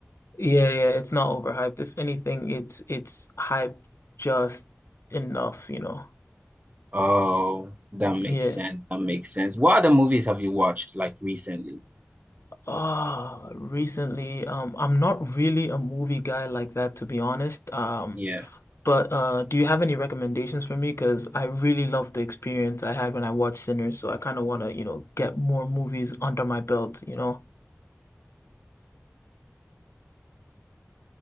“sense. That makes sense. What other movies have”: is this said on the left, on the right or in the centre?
Right